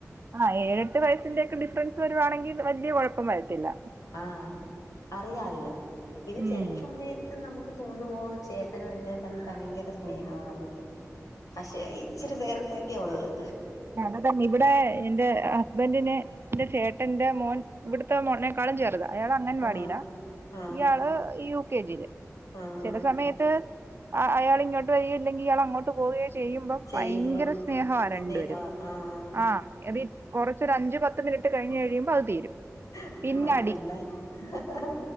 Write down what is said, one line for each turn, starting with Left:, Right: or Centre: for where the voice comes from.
Right: ആ ഏഴെട്ട് വയസ്സിന്റെക്കെ ഡിഫ്രൻസ് വരുവാണെങ്കി വല്യകൊഴപ്പംവരത്തില്ല.
Left: ആഹ് അത് അറിയാല്ലോ ഇനി
Right: ഉം
Left: ചെലസമയത് ത്ത് നമുക്ക് തോന്നുവോ ചേട്ടനും അനുജനും തമ്മിൽ ഭയങ്കര സ്നേഹവാന്നെന്ന്. പഷേ ഇച്ചിരി നേരത്തേക്കേഒള്ള്..
Right: അത് തനെ ഇവിടെ എന്റെ ഹസ്ബന്റിന് ന്റെ ചേട്ടന്റെ മോൻ ഇവ്ട്ത്തെമോനെക്കാളും ചെർതാ.. അയാള് അംഗൻവാടിയിലാ
Left: ആഹ് ആഹ്
Right: ഇയാള് യു കെ ജില്
Left: ആഹ്
Right: ചെലസമയത്ത്
Left: ആഹ്
Right: ട്ട് അയാള് ഇങ്ങോട്ട് വരികയും ഇല്ലെങ്കി ഇയാള് അങ്ങോട്ട് പോവേം ചെയ്യുമ്പം
Left: ചെയ്യുമ്പം
Right: ഭയങ്കര സ്നേഹവ
Left: സ്നേഹവാ
Right: രണ്ട് വെരും..
Left: ആഹ്
Right: ആ എവി കൊറച്ചൊരു അഞ്ച്പത്ത് മിനിറ്റ് കഴിഞ്കഴിയുമ്പ അത് തീരും.
Left: ഹ്
Right: പിന്നെ
Left: ഹാ പിള്ളേര് ഹഹഹാ